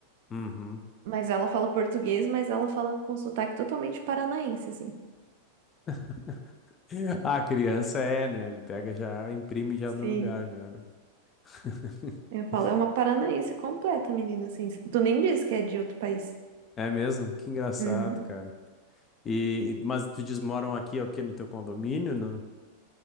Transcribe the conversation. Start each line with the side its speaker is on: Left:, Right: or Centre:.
Left: Uhum.
Right: Mas ela fala português, mas ela fala com sotaque totalmente paranaense, assim.
Left: <laughs> A criança é, né? Ele pega já, imprime já
Right: Sim.
Left: do lugar, já, né? <laughs>
Right: Eu falo, é uma paranaense completa, menina, assim. Tu nem diz que é de outro país.
Left: É mesmo? Que engraçado,
Right: Uhum.
Left: cara. E, e- mas tu diz moram aqui, é o quê? No teu condomínio, no...